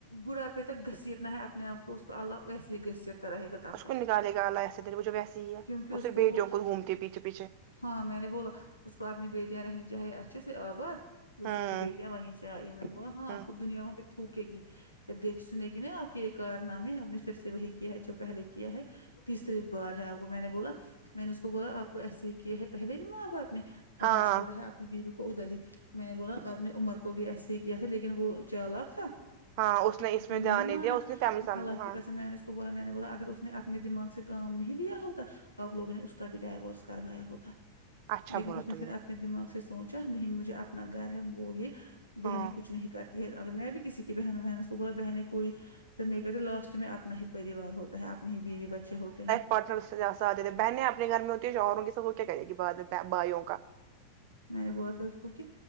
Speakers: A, on the left; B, on the right.
A: بڑھاپے تک گھسیٹ نا ہے اپنے آپ کو اس کو الگ ویسے ہی گھسیٹ تا رہے گا تب
B: اس
A: تک
B: کو نکالے گا اللہ ایسے تیرے وہ جو ویسے ہی ہے
A: کیونکی اس
B: صرف
A: کو
B: بیٹیوں
A: وہ
B: گھومتی پیچھے پیچھے
A: ہاں میں نے بولا اس کو اپنی بیٹیاں رہنی چاہیے اچھے سے آبااد دوسروں
B: ہوں
A: کی بیٹیاں وہیں سے آئی ہے میں نے بولا ہاں
B: ہ
A: آپ دنیا میں تھوکے گی جب دیک سنے گی نا آپ کے یے کار نام ہے آپ نے پھر سے وہی کیا ہے جو پہلے کیا ہے تیسری بار ہے آپ کو میں نے بولا میں نے اس کو بولا آپ کو ایسے ہی کیا ہے پہلے بھی ماں باپ نے آپ
B: ہاں
A: نے چھوڑا ہے آپ بیوی کو ادھر ہی میں نے بولا آپ نے عمر کو بھی ایسے ہی کیا تھا لیکن وہ چالاک تھا
B: ہاں
A: اس
B: میں
A: نے نہیں
B: دھیان
A: مانا
B: دیا اس نے فیملی سامنے.
A: اللہ
B: ہاں
A: کی قسم میں نے بولا میں نے بولا اگر اس نے اپنے دماغ سے کام نہیں لیا ہوتا آپ لوگوں نے اس کا بھی ڈائیوورس کروایا ہوتا
B: اچھا
A: لیکن
B: بولا
A: اس نے
B: تم
A: پھر اپنے دماغ سے سوچا نہیں مجھے اپنا گھر ہے وہ یے بہنیں
B: ہاں
A: کچھ نہیں کر تی ہے اگر میں بھی کسی کی بہن مین اس کو بول بہن کوئی تو نہیں کہتے لاسٹ میں اپنا ہی پریوار ہوتا ہے اپنی ہی بیوی بچے ہوتے ہیں
B: پا <unintelligible> تھے بہنیں اپنے گھر میں ہوتی ہے شوہروں کے ساتھ س کیا کرے گی بعد میں بھائیوں کا
A: میں نے بولا پھر اس کو کہ